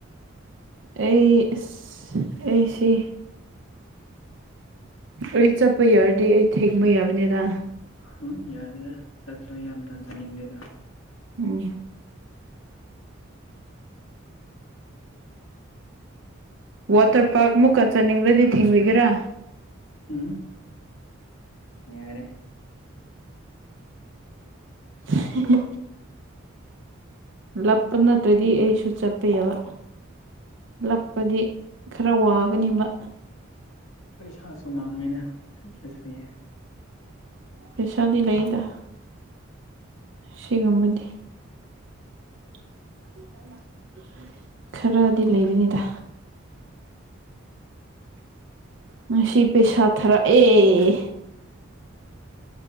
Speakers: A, on the right; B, on the left.
A: ꯑꯦ ꯑꯦ ꯁꯤ ꯑꯩ ꯆꯠꯄ ꯌꯥꯔꯗꯤ ꯑꯩ ꯊꯦꯡꯕ ꯌꯥꯕꯅꯤꯗ
B: ꯎꯝ ꯌꯥꯔꯦꯗ ꯆꯠꯁꯨ ꯌꯥꯝꯅ ꯆꯠꯅꯤꯡꯗꯦꯗ
A: ꯎꯝ ꯋꯥꯇꯔ ꯄꯥꯔꯛ ꯃꯨꯛꯀ ꯆꯥꯅꯤꯡꯕ꯭ꯔꯗꯤ ꯊꯤꯡꯕꯤꯒꯦꯔꯥ
B: ꯎꯝ ꯌꯥꯔꯦ
A: ꯍꯦ ꯍꯦ ꯂꯞꯄ ꯅꯠꯇ꯭ꯔꯗꯤ ꯑꯩꯁꯨ ꯆꯠꯄ ꯌꯕ ꯂꯛꯄꯗꯤ ꯈꯔ ꯋꯥꯒꯅꯤꯕ
B: ꯄꯩꯁꯥꯁꯨ ꯃꯥꯡꯉꯤꯅ ꯆꯠꯇ꯭ꯔꯁꯨ ꯌꯥꯏ
A: ꯄꯩꯁꯥꯗꯤ ꯂꯩꯗ ꯁꯤꯒꯨꯝꯕꯗꯤ <inaudible> ꯈꯔꯗꯤ ꯂꯩꯕꯅꯤꯗ ꯉꯁꯤ ꯄꯦꯁꯥ ꯊꯔꯥꯛ ꯑꯦ